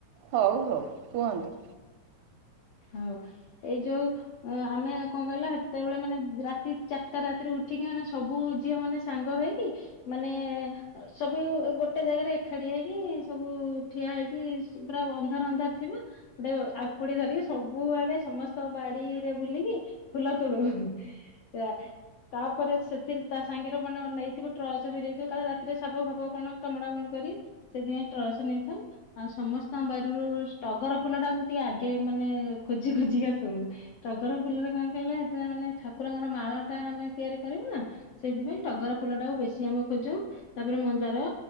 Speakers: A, on the right (about 80°); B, on the left (about 75°).
A: ହଉ ହଉ କୁହନ୍ତୁ?
B: ହଉ ଏଇ ଯୋଉ ଅ ଆମେ କଣ କହିଲ ହେତେବେଳେ ମାନେ ରାତି ଚାରଟା ରାତିରୁ ଉଠିକି ମାନେ ସବୁ ଝିଅ ମାନେ ସାଙ୍ଗ ହେଇକି ମାନେ ଏ ଏ ସବୁ ଗୋଟ ଟେ ଜାଗାରେ ଏକାଠି ହେଇକି ସବୁ ଠିଆ ହେଇକି ପୁରା ଅନ୍ଧାର ଅନ୍ଧାର ଥିବା ଗୁଟେ ଅ ଆଙ୍କୁଡ଼ି ଧରିକି ସବୁଆଡ଼େ ସମସ୍ତଙ୍କ ବାଡ଼ିରେ ବୁଲିକି ଫୁଲ ତୋଳୁ ହଁ ହଁ। ଏରା ତାପରେ ସେଥିର ଟ୍ରାନ୍ସ ସାଙ୍ଗରେ ମାନେ ନେଇଥିବୁ ଟ୍ରର୍ଚ ବି ନେଇଥିବୁ କାଳେ ରାତିରେ ସାପ ଫାପ କଣ କାମୁଡା କାମୁଡ଼ି କରି ସେଥିପାଇଁ ଟ୍ରଚ ନେଇଥାଉ ଆଉ ସମସ୍ତଙ୍କ ବାରରୁ ଟଗର ଫୁଲ ଟାକୁ ଟିକେ ଆଗେ ମାନେ ଓ ଖୋଜି ଖୋଜିିକା ତୋଳୁ। ଟଗର ଫୁଲରେ କଣ କହିଲେ ହେଥିରେ ମାନେ ଠାକୁରଙ୍କର ମାଳ ଟା ଆମେ ତିଆରି କରିବୁ ନା ସେଇଥିପାଇଁ ଟଗର ଫୁଲ ଟାକୁ ବେଶୀ ଆମେ ଖୋଜୁ। ତାପରେ ମନ୍ଦାର